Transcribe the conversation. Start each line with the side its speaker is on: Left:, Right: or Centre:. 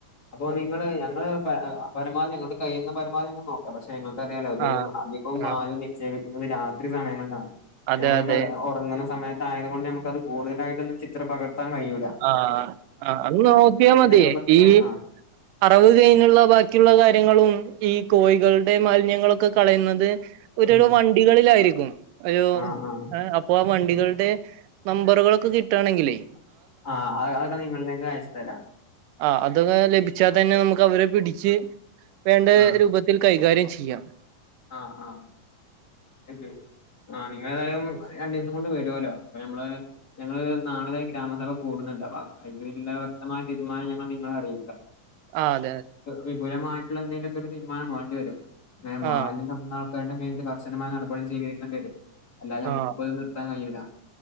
Left: അപ്പോ നിങ്ങള് ഞങ്ങള് പര ങ്ങ് ആഹ് പരമാവധി ഞങ്ങളൊണ്ട് കഴിയുന്ന പരമാവധി ഞങ്ങൾ നോക്ക്‌ പക്ഷെ നിങ്ങൾക്കറിയാല്ലോ ഇത്
Right: ആഹ്
Left: അധികവും മാലിന്യം
Right: ആഹ്
Left: നിക്ഷേപിക്കുന്നത് രാത്രി സമയങ്ങളിലാണ്
Right: അതെ
Left: ഞമ്മളൊക്കറിയാ
Right: അതെ
Left: ഒറങ്ങുന്ന സമയത്തായതുകൊണ്ട് നമുക്ക് അത് കൂടുതലായിട്ടൊന്നും ചിത്രം പകർത്താൻ കഴിയൂല്ല
Right: ആഹ് ആഹ് അന്ന് നോക്ക്യാ മതി
Left: രൂപത്തില്
Right: ഈ
Left: ആ
Right: അറവ് കഴിഞ്ഞുള്ള ബാക്കിയുള്ള കാര്യങ്ങളും ഈ കോയികൾടെ മാലിന്യങ്ങളൊക്ക കളയുന്നത്
Left: ഉം
Right: ഓരൊരൊ വണ്ടികളിലായിരിക്കും ഒരു
Left: ആ ആ
Right: ഏഹ് അപ് അപ്പൊ ആഹ് വണ്ടികൾടെ നമ്പറുകളൊക്ക കിട്ടാണെങ്കിലെ
Left: ആഹ് അത് അതൊക നിങ്ങൾലേക്ക് അയച്ച് തരാം
Right: ആഹ് അതൊന്ന് ലഭിച്ചാതന്നെ നമുക്ക് അവരെ പിടിച്ച് വേണ്ടേ
Left: ആ
Right: രൂപ ത്തിൽ കൈകാര്യം ചിയ്യാം
Left: ആഹ് ആഹ് എവ്യെഡ് ആഹ് നിങ്ങളെതായാലും രണ്ടീസം കൊണ്ട് വരോലൊ അപ്പൊ നമ്മള് ഞങ്ങള് നാളെ ദേ ഗ്രാമസഭ കൂട്ന്ന്ണ്ട് അപ അയ്ല്ള്ള വ്യക്തമായ തീരുമാനം ഞങ്ങൾ നിങ്ങളെ അറി
Right: ആ അതെ
Left: വിപുലമായിട്ട്ള്ള എന്തേലൊക്ക ഒരു തീരുമാനം വേണ്ടിവരും നേമാ
Right: ആഹ്
Left: കണ്ടാൾക്കാരുടെ മേൽല് കർശനമായ നടപടി സ്വീകരിക്കണ്ടേരും അല്ലാതെ നമ്മക്കിപ്പൊ
Right: ആഹ്
Left: ഇത് നിർത്താൻ കയ്യൂല്ല